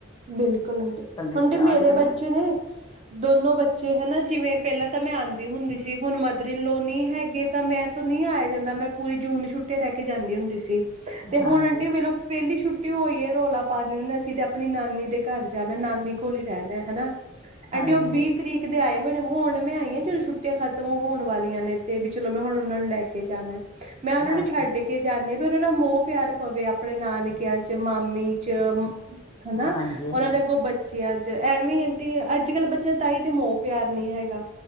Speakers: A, on the right; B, on the left.
A: ਬਿਲਕੁਲ ਆਂਟੀ,
B: ਕੱਲੇ
A: ਆਂਟੀ ਮੇਰੇ
B: ਅੱਜ ਕੱਲ
A: ਬੱਚੇ ਨੇ, ਦੋਨੋ ਬੱਚੇ ਹਨਾ ਜਿਵੇਂ ਪਹਿਲਾਂ ਤਾਂ ਮੈਂ ਆਂਦੀ ਹੁੰਦੀ ਸੀ, ਹੁਣ ਮਦਰ ਇਨ ਲੋ ਨੀ ਹੈਗੇ ਤਾਂ ਮੇਰੇ ਤੋਂ ਨਹੀਂ ਆਇਆ ਜਾਂਦਾ ਮੈਂ ਪੂਰੀ ਜੂਨ ਛੁੱਟੀ ਛੁੱਟੀਆ ਰਹਿ ਕੇ ਜਾਂਦੀ ਹੁੰਦੀ ਸੀ, ਤੇ ਹੁਣ
B: ਹਾਂਜੀ
A: ਆਂਟੀ ਵੇਲੋਂ ਪਹਿਲੀ ਛੁੱਟੀ ਹੋਈ ਏ ਰੌਲਾ ਪਾ ਦਿੰਦੇ ਅਸੀ ਤੇ ਆਪ ਆਪਣੀ ਨਾਨੀ ਦੇ ਘਰ ਜਾਣਾ ਨਾਨੀ ਕੋਲ ਹੀ ਰਹਿਣਾ ਹਨਾ, ਆਂਟੀ
B: ਹਾਂਜੀ
A: ਉਹ ਬੀ ਤਰੀਕ ਦੇ ਆਏ ਹੋਏ ਨੇ ਹੁਣ ਮੈਂ ਆਈ ਆ ਜਦੋਂ ਛੁੱਟੀਆਂ ਖਤਮ ਹੋਣ ਵਾਲੀਆਂ ਨੇ ਤੇ ਵੀ ਚਲੋ ਮੈਂ ਹੁਣ ਉਹਨਾਂ ਨੂੰ ਲੈ ਕੇ ਜਾਣਾ। ਮੈਂ ਉਹਨਾਂ ਨੂੰ
B: ਅੱਛਾ
A: ਛੱਡ ਕੇ ਜਾਂਨੀ ਆ ਵੀ ਉਹਨਾਂ ਦਾ ਮੋਹ ਪਿਆਰ ਪਵੇ ਆਪਣੇ ਨਾਨਕਿਆਂ 'ਚ ਮਾਮੀ 'ਚ, ਹਨਾ
B: ਹਾਂਜੀ
A: ਉਹਨਾਂ ਦੇ ਅੱਗੋ ਬੱਚਿਆਂ 'ਚ, ਐਵੇਂ ਆਂਟੀ ਅੱਜ-ਕੱਲ੍ਹ ਬੱਚਿਆਂ ਦਾ ਤਾਂਹੀ ਤੇ ਮੋਹ ਪਿਆਰ ਨੀ ਹੈਗਾ।